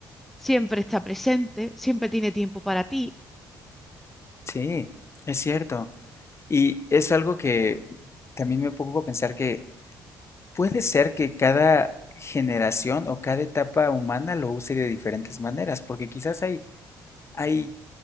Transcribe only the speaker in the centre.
siempre está presente, siempre tiene tiempo para ti.